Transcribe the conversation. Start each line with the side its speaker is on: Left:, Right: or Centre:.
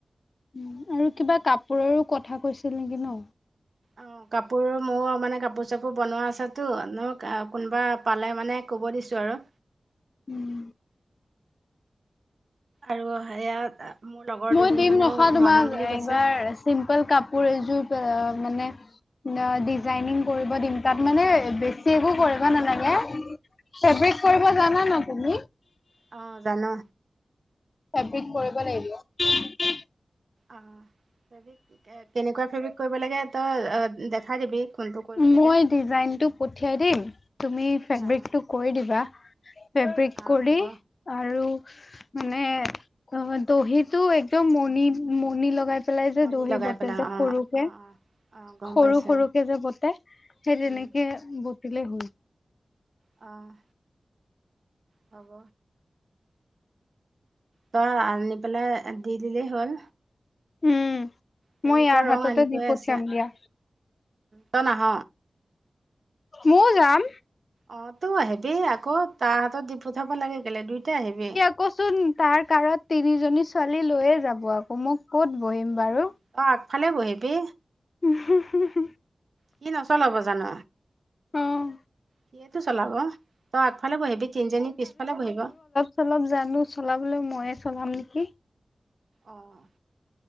Left: উন, আৰু কিবা কাপোৰৰো কথা কৈছিল নেকি ন?
Right: অ', কাপোৰ মোৰ মানে কাপোৰ চাপোৰ বনোৱা আছেটো ন কোনোবা পালে মানে ক'ব দিছোঁ আৰু।
Left: উম।
Right: আৰু সেয়া মোৰ লগৰ
Left: মই
Right: দুজনী
Left: দিম
Right: মানেও
Left: নখা তোমাক
Right: বনাম বুলি কৈছে
Left: এইবাৰ চিম্পল কাপোৰ এযোৰ মানে ন ডিজাইনিং কৰিব দিম তাত মানে বেছি একো কৰিব নালাগে। ফেব্ৰিক কৰিব জানা ন তুমি?
Right: অ', জানো।
Left: ফেব্ৰিক কৰিব লাগিব।
Right: অ', ফেবিক কেনেকুৱা ফেব্ৰিক কৰিব লাগে তই দেখাই দিবি। কোনটো কৰিব লাগে
Left: মই ডিজাইনটো পঠিয়াই দিম তুমি ফ্ৰেবিক
Right: অ
Left: টো কৰি দিবা। ফেব্ৰিক
Right: অ
Left: কৰি।
Right: হ'ব
Left: আৰু মানে অ', দহিতটো একদম মণি, মণি লগাই। পেলাই
Right: মণি
Left: যে দহি
Right: লগাই
Left: বটে
Right: পেলাই
Left: যে
Right: অ
Left: সৰুকে
Right: অ অ অ গম
Left: সৰু
Right: পাইছা
Left: সৰুকে যে বতে। সেই তেনেকে
Right: উম
Left: বটিলে হ'ল।
Right: অ'। হ'ব। বা আনি পেলাই দি দিলেই হ'ল।
Left: উম,
Right: ফেব্ৰিকৰ
Left: মই ইয়াৰ
Right: ৰং
Left: হাততে
Right: আনি থৈ
Left: দি পঠিয়াম
Right: আছে
Left: দিয়া।
Right: তই নাহ?
Left: মইও যাম।
Right: অ', তইও আহিবি আকৌ তাৰ হাতত দি পঠাব লাগে কেলে দুইটাাই আহিবি।
Left: কচোন তাৰ কাৰত তিনিজনী ছোৱালী লৈয়ে যাব আকৌ মই ক'ত বহিম বাৰু।
Right: তই আগফালে বহিবি।
Left: উ, হু, হু।
Right: সি নচলাব জানো?
Left: অ',
Right: সিয়েইটো চলাব তই আগফালে বহিবি তিনিজনী পিছফালে বহিব।
Left: অলপ-চলপ জানো চলাবলৈ ময়ে চলাম নেকি।
Right: অ',